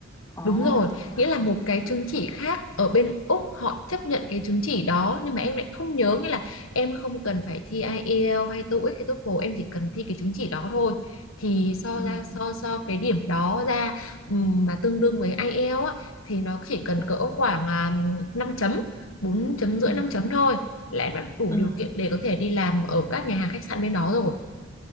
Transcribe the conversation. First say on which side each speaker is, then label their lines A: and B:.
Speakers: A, on the left; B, on the left.
A: Ồ,
B: Đúng rồi,
A: thế
B: nghĩa
A: à?
B: là một cái chứng chỉ khác ở bên Úc họ chấp nhận cái chứng chỉ đó nhưng mà em lại không nhớ nghĩa là em không cần phải thi IELTS hay TOEIC hay TOEFL em chỉ cần thi cái chứng chỉ đó thôi thì so
A: Ừ,
B: ra so so cái điểm đó ra ừm, mà tương đương với IELTS á, thì nó chỉ cần
A: ừ,
B: cỡ khoảng à, 5 chấm bốn chấm rưỡi
A: ừ,
B: 5 chấm thôi là em đã đủ
A: ừ.
B: điều kiện để có thể đi làm ở các nhà hàng khách sạn bên đó rồi.